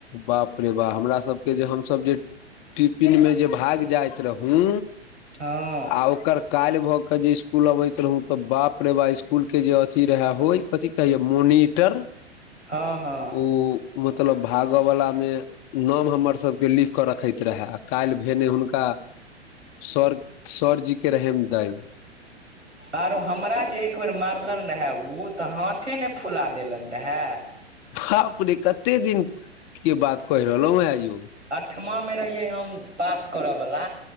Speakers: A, on the left; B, on the right.
A: बाप रे बाप हमरा सबके जे हमसभ जे टिफिन में जे भाग जाइत रहू
B: हँ
A: आ ओकर काल्हि भऽ कऽ जे स्कुल अबैत रहौ तऽ बाप रे बाप स्कुलके जे अथी रहै होइ कथी कहियौ मोनीटर
B: हँ हँ
A: ओ मतलब भागऽ वला मऽ नाम हमरसभके लिख कऽ रखैत रहए काल्हि भेने हुनका सर सरजी के रहम दइ
B: आरो हमरा जे एक बेर मार फलनि रहे ओ तऽ हाथे नऽ फुला देलन रहेय
A: बाप रे कते दििन कऽ बात कहि रहलहु हें यो
B: अठमा मऽ रहियै हम पास करयवला